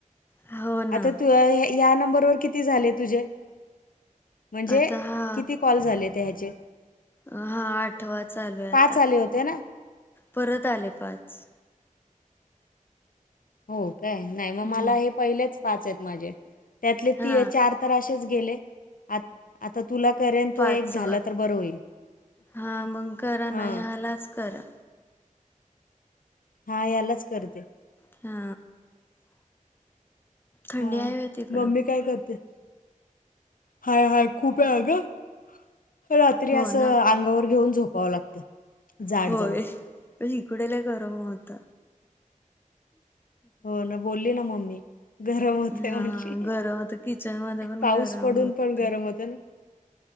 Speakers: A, on the left; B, on the left.
A: हो ना
B: आता तुज हे, ह्या नंबरवर किती झाले तुझे? म्हणजे
A: आता हा
B: किती कॉल झालेत ह्याचे?
A: हा आठवा चालूय आता,
B: पाच आले होते ना?
A: परत आले पाच.
B: हो काय, नाय मग
A: हम्म
B: मला हे पहिलेच पाच आहेत माझे, त्यातले
A: हा
B: ती चार तर अशेच गेले, आंत-आता तुला करेन तो
A: पाचवा
B: एक झाला, तर बरं होईल.
A: हा मग करा
B: हा
A: ना ह्यालाच कर.
B: हा, यालाच करते.
A: हा, थंडी
B: हा
A: हाय व्हय तिकडं?
B: मम्मी काय करते? हाय-हाय खूप हाय अगं रात्री
A: हो
B: असं
A: ना
B: अंगावर घेऊन झोपावं लागतं. जाड
A: होय,
B: जाड.
A: पण इकडं लय गरम होत.
B: हो ना, बोलली ना मम्मी. गरम होतय
A: हा
B: म्हणजे?
A: गरम होत किचन मध्ये पण
B: पाऊस
A: गरम
B: पडून
A: होत
B: पण गरम होत ना.